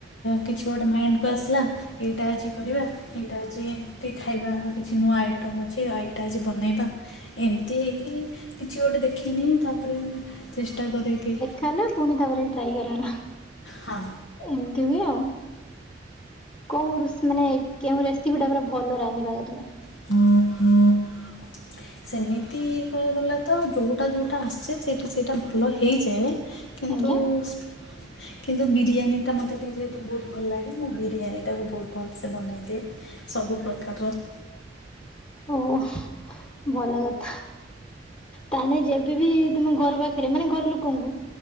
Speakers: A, on the left (about 75°); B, on the left (about 30°).
A: କିଛି ଗୋଟେ ମାଇଣ୍ଡକୁ ଆସିଲା। ଏଇଟା ଅଜି କରିବା। ଏଇଟା ଆଜି ଟିକେ, ଖାଇବାର କିଛି ନୂଆ ଆଇ ଟମ୍ ଅଛି। ଆ ଏଇଟା ଆଜି ବନେଇବା। ଏମିତି ହେଇକି କିଛି ଗୋଟେ ଦେଖିନିଏ, ତା ତା'ପରେ ଚେଷ୍ଟା କରେ କିି?
B: ଖାଇଲେ, ପୁଣି ତା'ପରେ ଟ୍ରାଏ କରାହେଲା।
A: ହଁ।
B: ଏମିତି ହୁଏ ଆଉ। କଉ ଋଷ୍ ମାନେ କେଉଁ ରେସିପି ଟା ପୁରା ଭଲ ରାନ୍ଧିିପାର ତୁମେ?
A: <unintelligible> ସେମିତି କହିବାକୁ ଗଲେ ତ ଯୋଉଟା, ଯୋଉଟା, ଆସେ ସେଇଟା, ସେଇଟା ଭଲ ହେଇଯାଏ। କିନ୍ତୁ-ଉ
B: ଆଜ୍ଞା
A: ଉସ୍ କିନ୍ତୁ ବିରିୟାନୀଟା ମୋତେ ଟିକେ ଯେହେତୁ ବହୁତ ଭଲ ଲାଗେ। ମୁଁ ବିରିୟାନୀଟାକୁ ବହୁତ ଭଲ୍ ସେ ବନେଇଦିଏ। ସବୁ ପ୍ରକାରର୍।
B: ଓହଃ, ଭଲ କଥା। ତା ହେନେ, ଯେବେବି, ତୁମ ଘର ପାଖରେ ମାନେ ଘର ଲୁକଙ୍କୁ